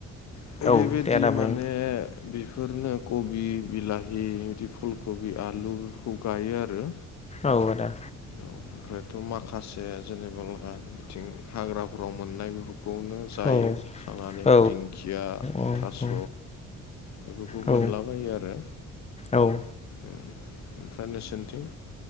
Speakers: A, on the left (about 65°); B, on the left (about 20°).
A: बेबायदि
B: औ दे आदा
A: माने
B: बुं
A: बेफोरनो कबि बिलाहि बिदि फुल कबि आलु बेफोरखौ गायो आरो
B: औ आदा
A: ओमफ्रायथ' माखासे जेनेबा आ बिथिं हाग्राफोराव मोननाय बेफोरखौनो जायो
B: औ
A: खानानै
B: औ
A: दिंखिया
B: औ
A: थास'
B: औ
A: बेफोरखौ
B: औ
A: मोनलाबायो आरो
B: औ
A: ओमफ्राय नोंसोरनिथिं